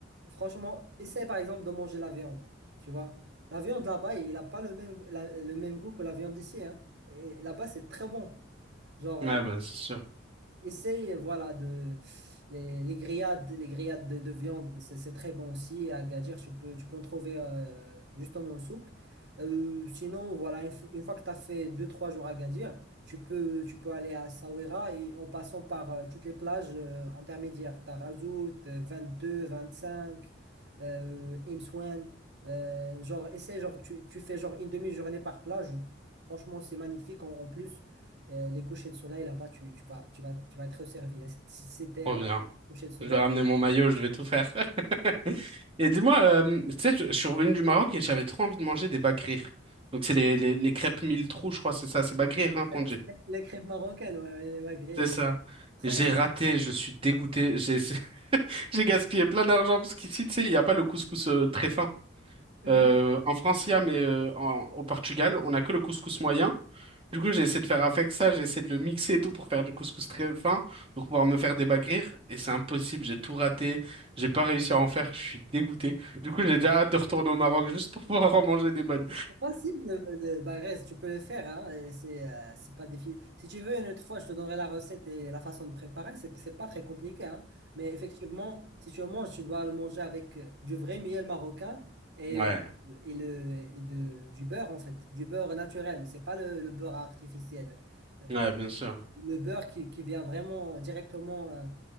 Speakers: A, on the right; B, on the right.
A: Franchement, essaie par exemple de manger la viande. Tu vois, la viande là-bas, il n'a pas le même, la- le même goût que la viande d'ici. hein. Et là-bas, c'est très bon. Genre, euh,
B: Ouais, bah c'est sûr,
A: Essaye, voilà, de, les, les grillades, les grillades de, de viande, c'est c'est très bon aussi. À Gadir, tu peux, tu peux en trouver euh, justement au souk. Euh, sinon, voilà, une, f- une fois que tu as fait deux trois jours à Gadir, tu peux, tu peux aller à Essaouira et en passant par euh, toutes les plages euh, intermédiaires. Tu as Razout, euh, 22, 25, euh, Imsouane. euh, genre, essaye, genre, tu, tu fais genre une demi-journée par plage. Franchement, c'est magnifique. En, en plus, euh, les couchers de soleil là-bas, tu, tu vas, tu vas, tu vas être servi. hein. Si si c'était
B: trop
A: un
B: bien.
A: coucher de soleil,
B: Je vais ramener mon maillot, je vais tout faire. <laughs> Et dis-moi, euh, tu sais, je, je suis revenu du Maroc et j'avais trop envie de manger des bagrir. Donc c'est les, les les crêpes mille trous, je crois, c'est ça, c'est bagrir hein, qu'on
A: <laughs>
B: dit.
A: c'est les crêpes marocaines, ouais, ouais, les magrires,
B: C'est ça.
A: c'est trop
B: J'ai
A: bon.
B: raté, je suis dégoûté. J'ai <laughs> j'ai gaspillé plein d'argent parce qu'ici, tu sais, il n'y a pas le couscous euh, très fin.
A: Mhm.
B: Euh, en France, il y a, mais euh, en- au Portugal, on n'a que le couscous moyen. Du coup, j'ai essayé de faire avec ça, j'ai essayé de le mixer et tout pour faire du couscous très fin, pour pouvoir me faire des bagrir. Et c'est impossible, j'ai tout raté, j'ai pas réussi à en faire, je suis dégoûté. Du coup, j'ai déjà hâte de retourner au Maroc juste pour <laughs> pouvoir en manger des bonnes.
A: C'est facile, le, le Bagrez, tu peux le faire, hein, et c'est euh, c'est pas difficile. Si tu veux, une autre fois, je te donnerai la recette et la façon de préparer, c'est c'est pas très compliqué, hein. Mais effectivement, si tu le manges, tu dois le manger avec euh, du vrai miel marocain et,
B: Ouais,
A: euh, et, le, et de, du beurre, en fait, du beurre naturel, c'est pas le, le beurre artificiel. Euh,
B: ouais, bien sûr.
A: le beurre qui, qui vient vraiment directement, euh,